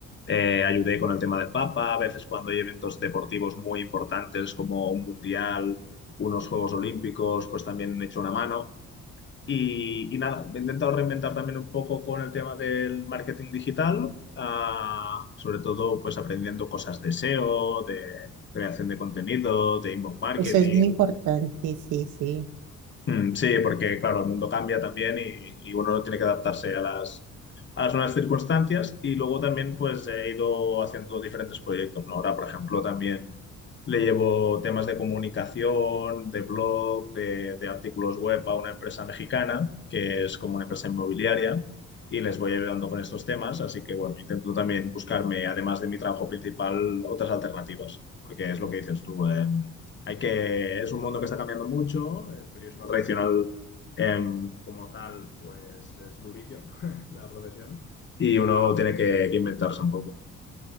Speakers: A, on the left; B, on the right.
A: eh, ayudé con el tema del Papa, a veces cuando hay eventos deportivos muy importantes como un mundial, unos Juegos Olímpicos, pues también he hecho una mano. Y, y nada, me he intentado reinventar también un poco con el tema del marketing digital, ah, sobre todo pues aprendiendo cosas de SEO, de creación de contenido, de inbound marketing,
B: Eso es muy importante, sí, sí.
A: Mm, Sí, porque claro, el mundo cambia también y, y uno tiene que adaptarse a las, a las nuevas circunstancias y luego también pues he ido haciendo diferentes proyectos, ¿no? Ahora, por ejemplo, también le llevo temas de comunicación, de blog, de, de artículos web a una empresa mexicana que es como una empresa inmobiliaria y les voy ayudando con estos temas, así que bueno, intento también buscarme, además de mi trabajo principal, otras alternativas, porque es lo que dices tú, eh, hay que, es un mundo que está cambiando mucho. El periodismo tradicional, em, como tal, pues es durillo <laughs> la profesión. Y uno tiene que, que inventarse un poco.